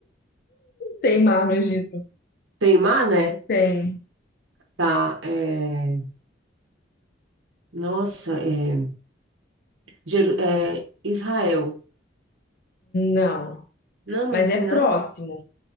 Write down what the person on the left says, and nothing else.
Tem mar no Egito?
Tem.
Não.
Mas
é
próximo.